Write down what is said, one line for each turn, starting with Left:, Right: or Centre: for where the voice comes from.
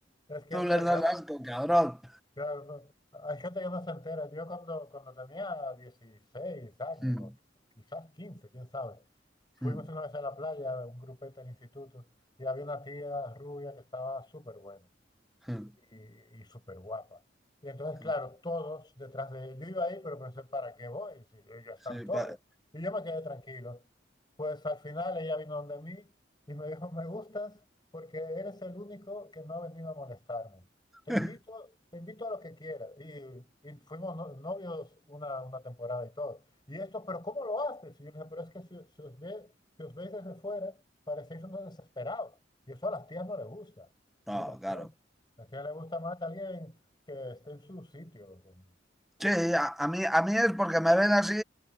Left: es que
Centre: Tú
Left: es
Centre: les
Left: verdad.
Centre: das asco, cabrón.
Left: Claro, no- hay gente que no se entera. Yo cuando, cuando tenía 16 años,
Centre: Mm,
Left: o quizás 15 quién sabe, fuimos
Centre: mm,
Left: una vez a la playa, un grupete del instituto, y había una tía rubia que estaba súper buena.
Centre: mm,
Left: y, y súper guapa. Y entonces, claro,
Centre: mm.
Left: todos detrás de ellos. Yo iba ahí, pero pensé, ¿para qué voy? Si ya están
Centre: Sí,
Left: todos.
Centre: pa-
Left: Y yo me quedé tranquilo. Pues al final ella vino donde mí y me dijo, me gustas porque eres el único que no ha venido a molestarme. Te
Centre: <laughs>
Left: invito, te invito a lo que quieras. Y, y fuimos no- novios una, una temporada y todo. Y esto, pero ¿cómo lo haces? Y yo le dije, pero es que si, si os ve, si os veis desde fuera, parecéis unos desesperados. Y eso a las tías no les gusta.
Centre: No,
Left: Entonces, las tías
Centre: claro.
Left: es que le gusta más a alguien que esté en su sitio. como-
Centre: Sí, a, a mí, a mí es porque me ven así